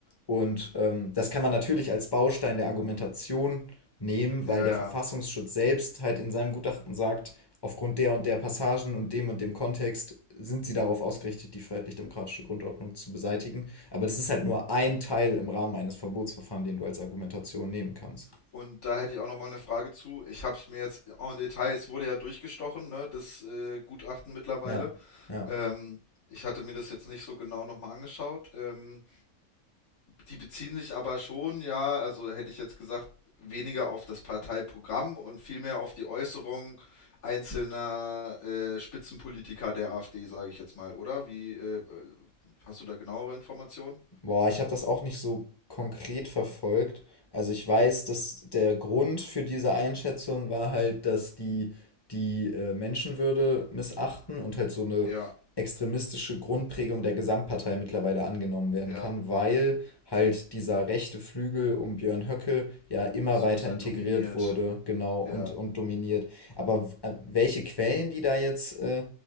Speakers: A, on the left; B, on the left.
A: und ähm, das kann man natürlich als Baustein der Argumentation nehmen,
B: ja.
A: weil der
B: ja.
A: Verfassungsschutz selbst halt in seinem Gutachten sagt, aufgrund der und der Passagen und dem und dem Kontext sind sie darauf ausgerichtet, die freiheitlich-demokratische Grundordnung zu beseitigen. Aber das ist halt nur ein Teil im Rahmen eines Verbotsverfahrens, den du als Argumentation nehmen kannst.
B: Und da hätte ich auch nochmal eine Frage zu. Ich habe es mir jetzt en Detail, es wurde ja durchgestochen, ne, das äh, Gutachten mittlerweile.
A: Ja, ja.
B: Ähm, ich hatte mir das jetzt nicht so genau nochmal angeschaut. Ähm, die beziehen sich aber schon, ja, also hätte ich jetzt gesagt, weniger auf das Parteiprogramm und vielmehr auf die Äußerungen einzelner äh, Spitzenpolitiker der AfD, sage ich jetzt mal, oder? Wie, äh, hast du da genauere Informationen?
A: Boah, ich habe das auch nicht so konkret verfolgt. Also ich weiß, dass der Grund für diese Einschätzung war halt, dass die die äh, Menschenwürde missachten und halt so eine
B: Ja,
A: extremistische Grundprägung der Gesamtpartei mittlerweile angenommen werden
B: ja,
A: kann, weil halt dieser rechte Flügel um Björn Höcke ja immer
B: so
A: weiter
B: sehr
A: integriert
B: dominiert.
A: wurde, genau, und,
B: Ja,
A: und dominiert. Aber w- äh, welche Quellen die da jetzt äh,